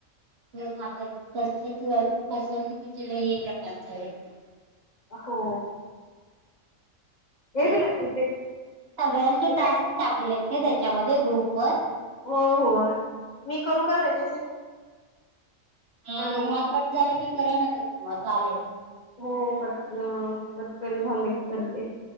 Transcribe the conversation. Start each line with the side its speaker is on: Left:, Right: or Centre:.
Right: <unintelligible> फसवणुकीचे लय हे प्रकार चालूयात.
Left: हो, हे
Right: तेच
Left: बी इकडे
Right: सगळ्यांचे
Left: इकडे
Right: टास्क टाकलेत काय त्याच्यामध्ये ग्रुप वर.
Left: हो होय मी करू का लगेच एक.
Right: ह
Left: हॅलो
Right: ह्या कट झालं की करा ना मग चालेल.
Left: हो कट न कट केलं झालं की करते.